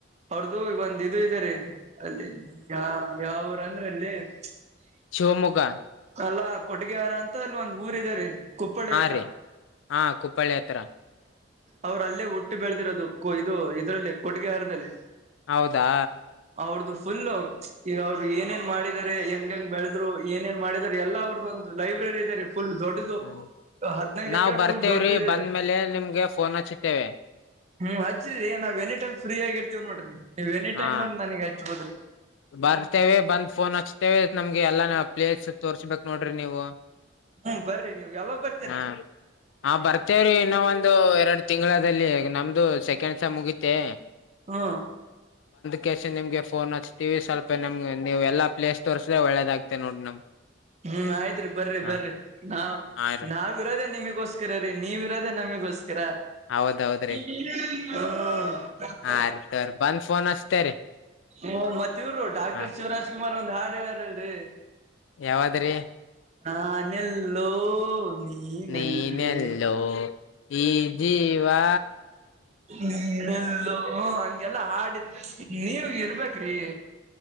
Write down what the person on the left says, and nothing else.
ಶಿವಮೊಗ್ಗ
ತ್ರಿ -ಹಾ- ಕುಪ್ಪಳಿ ಹತ್ರ.
ಹೌದಾ
ಹ್ಮ
ನಾವ್
ಬರ್ತೇವ್ರಿ
ಬಂದ್ಮೇಲೆ
ನಿಮ್ಗೆ ಫೋನ್ ಹಚ್ಚಿತೇವೆ.
ಹಾ
ಬರ್ತೇವೆ ಬಂದ್ ಫೋನ್ ಹಚ್ತೇವೆ ನಮ್ಗೆ ಎಲ್ಲಾನ ಪ್ಲೇಸ್ ತೋರ್ಸ್ಬೇಕ್ ನೋಡ್ರಿ ನೀವು.
ಹಾ -ಹ -ಬರ್ತೇವ್ರೀ ಇನ್ನ ಒಂದ್. ದು- ಎರಡು ತಿಂಗ್ಳಾದಲ್ಲಿ ನಮ್ದು ಸೆಕೆಂಡ್ಸಮ್ ಮುಗಿತೆ.
ಕೇಶನ್ ನಿಮ್ಗೆ ಫೋನ್ ಹಚ್ತೀವಿ ಸ್ವಲ್ಪ ನಮ್ಗೆ ನೀವು ಎಲ್ಲಾ ಪ್ಲೇಸ್ ತೋಸ್ರೆ ಒಳ್ಳದಗ್ತೇ ನೋಡ್ರಿ ನಮ್,
ಹಾ
ಹಾ ರೀ
ಹೌದೌದ್ರಿ
ಹಾ ರೀ ಸರ್ ಬಂದ್ ಫೋನ್ ಹಚ್ತೇರಿ
ಹಾ
ಯಾವದ್ರಿ
ನೀನೆಲ್ಲೋ ಈ- ಜೀವಾ